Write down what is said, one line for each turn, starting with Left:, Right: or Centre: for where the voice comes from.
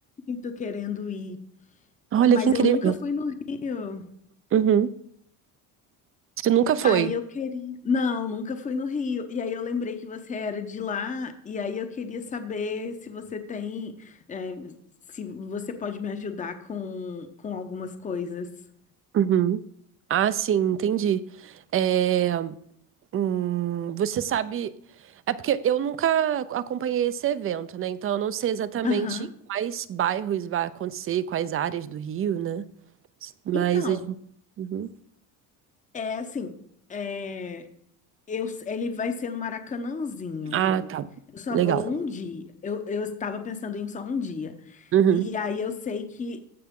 Left: muito querendo ir,
Right: Olha
Left: mas
Right: que incrível.
Left: eu nunca fui no Rio.
Right: Uhum. Você nunca foi?
Left: Aí eu queria. Não, nunca fui no Rio. E aí eu lembrei que você era de lá, e aí eu queria saber se você tem. é, se você pode me ajudar com, com algumas coisas.
Right: Uhum. Ah, sim, entendi. É, hum, você sabe. É porque eu nunca acompanhei esse evento, né? Então eu não sei exatamente
Left: Aham.
Right: quais bairros vai acontecer, quais áreas do Rio, né? Mas
Left: Então,
Right: a gente. Uhum.
Left: é assim, é, eu, ele vai ser no Maracanãzinho.
Right: Ah, tá.
Left: Eu só
Right: Legal.
Left: vou um dia. Eu, eu estava pensando em só um dia.
Right: Uhum.
Left: E aí eu sei que